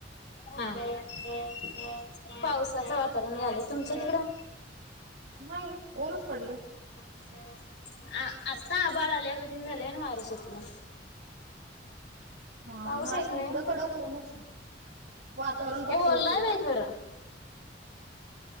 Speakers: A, on the left; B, on the right.
A: हं पावसाचं वातांवरण झालंय तुमचं तिकडं.
B: नाहीं ऊंनच पडले.
A: अं- आंत्ता आबाळं आल्यां गधीन झालंय नां वारं सुटलं.
B: <unintelligible> हां
A: पाऊस
B: नाहीं
A: येत नाही
B: इकडं
A: खरं
B: कडे होऊंनच की, वातांवरण
A: हे
B: फक्तं
A: ओलय
B: होते कां?
A: बाई खरं